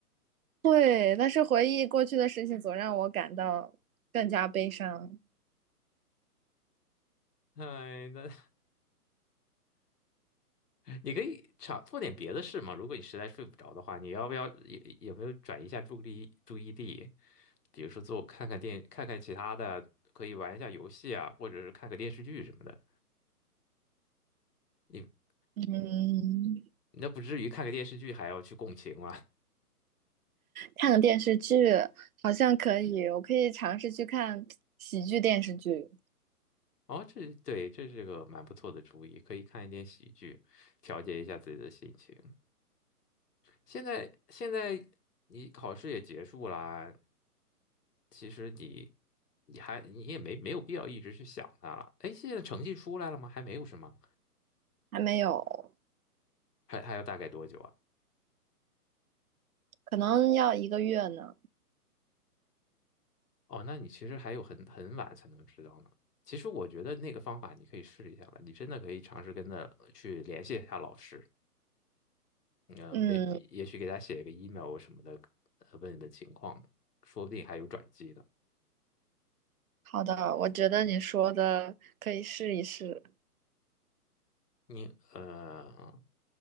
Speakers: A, on the right; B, on the left.
A: 对，但是回忆过去的事情总让我感到更加悲伤。
B: 哎，那 <laughs> 你可以尝做点别的事嘛。如果你实在睡不着的话，你要不要有有没有转移一下注意力注意力？比如说做看看电看看其他的，可以玩一下游戏啊，或者是看个电视剧什么的。你
A: 嗯，
B: 那不至于看个电视剧还要去共情嘛？<laughs>
A: 看个电视剧好像可以，我可以尝试去看喜剧电视剧，
B: 哦，这对，这是个蛮不错的主意，可以看一点喜剧，调节一下自己的心情。现在现在你考试也结束啦，其实你你还你也没没有必要一直去想它了。哎，现在成绩出来了吗？还没有是吗？
A: 还没有，
B: 还还要大概多久啊？
A: 可能要一个月呢。
B: 哦，那你其实还有很很晚才能知道呢。其实我觉得那个方法你可以试一下了，你真的可以尝试跟他去联系一下老师，呃，
A: 嗯，
B: 没也许给他写一个 email 什么的，呃，问一问情况，说不定还有转机呢。
A: 好的，我觉得你说的可以试一试。
B: 你呃，